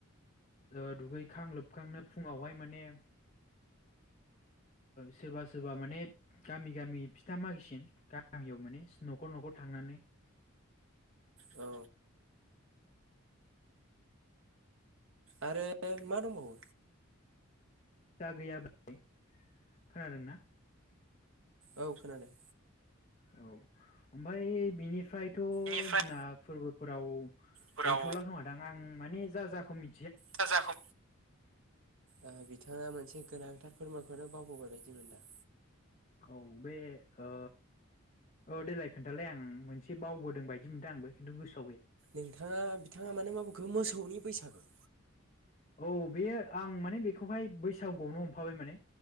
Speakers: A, on the left; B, on the right.
A: ओ दुगैखां लोबखांनो फुङावहाय माने ओ सोरबा सोरबा माने गामि गामि फिथा मागिसिन गामियाव माने न'ख न'र थांनानै।
B: औ। आरो मा दंबावो
A: दा गैया <inaudible> खोनादोंना?
B: औ खोनादों।
A: औ ओमफाय बिनिफ्राय थ'
B: निफ्राय
A: जोंना फोरबो फोराव
B: फोराव
A: गैथ'ला खोमादां आं माने जा जाखौ मि
B: जा जाखौ ओ बिथाङा मोनसे गोनां थार फोरमानखौनो बावबोबाय बादि मोनदां।
A: औ बे ओ औ देलाय खोन्थालाय आं मोनसे बावबोदों बायदि मोनदों आंबो खिन्थु गोसो
B: नोंथाङा बिथाङा माने मा बुंखो मोसौनि बैसागो
A: औ बेयो आं माने बेखौहाय बैसागुआवनो हमफाबाय माने।